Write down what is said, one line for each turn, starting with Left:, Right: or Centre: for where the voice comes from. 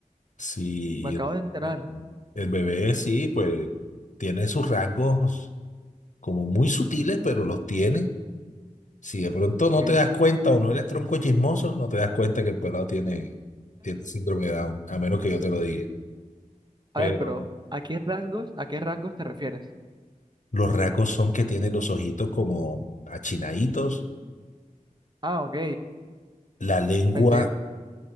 Left: Si
Right: Me acabo
Left: eh,
Right: de enterar.
Left: el bebé sí, pues tiene sus rasgos como muy sutiles, pero los tiene. Si de pronto
Right: Ok.
Left: no te das cuenta o no eres tronco chismoso, no te das cuenta que el pelado tiene, tiene síndrome de Down, a menos que yo te lo diga.
Right: A
Left: Pero
Right: ver, pero ¿a qué rasgos, a qué rasgos te refieres?
Left: los rasgos son que tiene los ojitos como achinaditos,
Right: Ah, ok.
Left: la lengua.
Right: Pensé que.